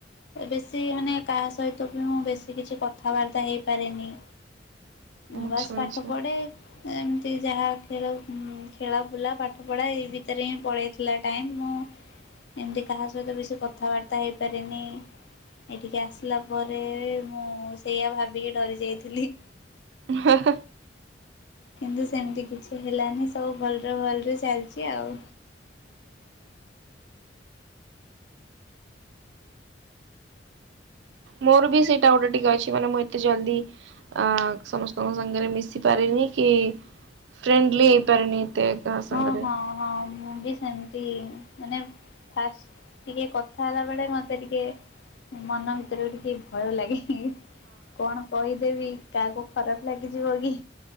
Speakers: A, on the left; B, on the right.
A: ବେଶୀ ମାନେ କାହା ସହିତ ବି ମୁଁ ବେଶୀ କିଛି କଥାବାର୍ତ୍ତା ହେଇପାରେନି
B: ଆଚ୍ଛା
A: ବାସ୍ ପାଠ
B: ଆଚ୍ଛା
A: ପଢେ
B: ହୁଁ।
A: ଏମତି ଯାହା ଖେଳଉ, ଖେଳ ବୁଲା ପାଠପଢ଼ା ଏଇ ଭିତରେ ହିଁ ପଳେଇଥିଲା ଟାଇମ୍ ମୁଁ ଏମତି କାହା ସହିତ ବେଶୀ କଥାବାର୍ତ୍ତା ହେଇପାରେନି ଏଠିକି ଆସିଲା ପରେ ମୁଁ ସେଇଆ ଭାବିକି ଡରି ଯାଇଥିଲି
B: ହ-ହ
A: କିନ୍ତୁ ସେମିତି କିଛି ହେଲାନି ସବୁ ଭଲରେ ଭଲରେ ଚାଲଚି ଆଉ।
B: ମୋର ବି ସେଇଟା ଗୋଟେ ଟିକେ ଅଛି ମାନେ ମୁଁ ଏତେ ଏତେ ଜଲଦି ଆ ସମସ୍ତଙ୍କ ସାଙ୍ଗରେ ମିଶି ପାରେନି କି ଫ୍ରେଣ୍ଡଲି ହେଇପାରେନି ଏତେ କାହା
A: ହଁ-
B: ସାଙ୍ଗରେ
A: ହଁ- ହଁ- ମୁଁ ବି ସେମତି ମାନେ ଫାଷ୍ଟ ଟିକେ କଥା ହେଲା ବଳେ ମତେ ଟିକେ ମନ ଭିତରେ ବି ଟିକେ ଭୟ ଲାଗେନି, କଣ କହିଦେବି କାହାକୁ ଖରାପ ଲାଗିଯିବ କି?